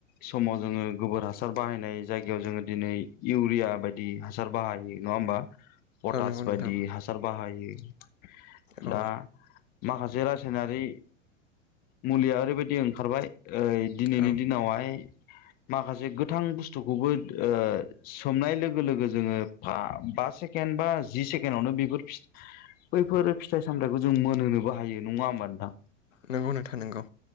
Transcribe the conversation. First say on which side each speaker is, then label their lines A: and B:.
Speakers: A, on the left; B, on the left.
A: समाव जोङो गोबोर हासार बाहायनाय जायगायाव जोङो दिनै इउरिया बायदि हासार बाहायो नङा होमबा पटास
B: नंगौ नोंथां
A: बायदि हासार बाहायो ए
B: औ
A: दा माखासे रासायनारि मुलिया ओरैबायदि ओंखारबाय ओइ दिनैनि
B: औ
A: दिनावहाय माखासे गोथां बुस्थुखौबो ओ सोमनाय लोगो लोगो जोङो बा सेकेण्ड बा जि सेकेणडआवनो बेफोर बैफोर फिथाइ सामथायखौ जों मोनहोनोबो हायो नङा होमबा नोंथां
B: नोंगौ नोंथां नोंगौ